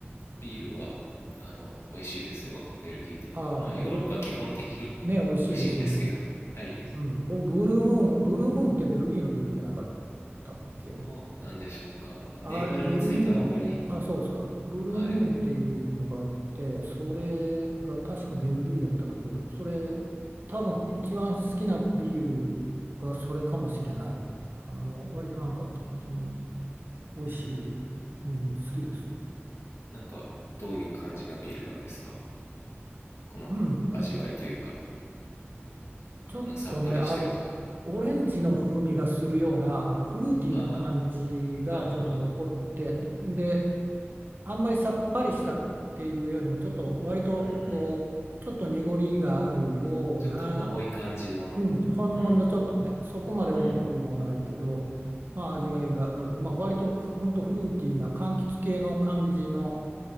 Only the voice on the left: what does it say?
ビールは、あの、美味しいですよ、ベルギーとか。
まあ、
ヨーロッパ基本的に
<laughs> 美味しいんですけど、<laughs> はい。
どうなんでしょうか。
銘柄についてはあんまり、
はい。
うーん。
なんかどういう感じのビールなんですかこの味わいというか、
あのさっぱりしてるとか。
うん。
ああ、ああ、
うんうん。
ちょっと重い感じの、
うん、
うん、